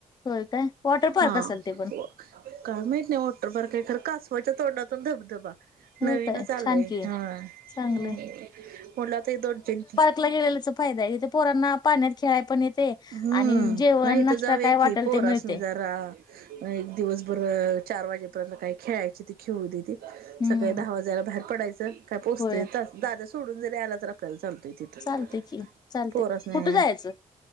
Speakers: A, on the left (about 25°); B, on the right (about 70°).
A: होय काय? वॉटर पार्क
B: हा
A: असेल ते पण.
B: काय म्हायती नाय वाॅटर पार्कय का खर कासवाच्या तोंडातून धबधबा‌. नवीनच
A: होय काय
B: आलोय.
A: छान की
B: हाय हम्
A: चांगलंय.
B: म्हटलंता एक दोन तीन
A: ला गेलेलेचा फायदाय इथे पोरांना पाण्यात खेळाय पण येते
B: हम्म
A: आणि जेवण
B: नाही इथं
A: नाश्ता
B: जावुया
A: काय वाटेल
B: की पोरासनी
A: ते मिळते.
B: जरा एक दिवसभर चार वाजेपर्यंत काय खेळायचे ते खेळुदेत.
A: हम्म
B: सकाळी दहा वाजायला बाहेर पडायचं काय पोचतेय
A: होय
B: दा दाद्या सोडून जरी आला तर आ काल चालतोय तिथं
A: चालते की चालते
B: पोरासनी
A: कुठं जायचं?